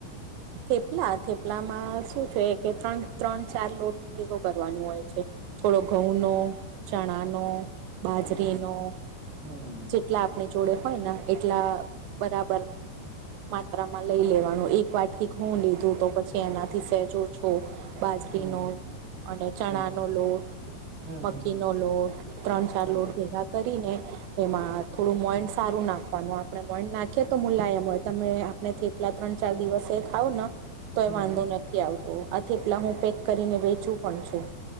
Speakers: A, on the right; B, on the right.
A: થેપલા થેપલામાં શું છે કે ત્રણ ત્રણ ચાર લોટ ભેગો કરવાનું હોય છે. થોડો ઘઉં નો, ચણાનો બાજરી
B: હમ
A: નો,
B: હમ
A: જેટલા આપની જોડે હોય ને એટલા બરાબર માત્રામાં લઈ લેવાનું એક વાટકી ઘઉં લીધું તો પછી એનાથી સહેજો છો બાજરીનો
B: હમ
A: અને ચણા
B: હમ
A: નો લોટ
B: હમ
A: મખી
B: હમ હમ
A: નો લોટ ત્રણ ચાર
B: હા
A: લોટ ભેગા કરીને એમાં થોડું મોડ સારું નાખવાનું આપણે મોડ નાખીએ તો મુલાયમ હોય તમેં ને થેપલા ત્રણ ચાર દિવસે ખાઉંને તો
B: હમ
A: એ વાંધો
B: હમ
A: નથી આવતો આ થેપલા હું પેક કરીને વેચું પણ છું.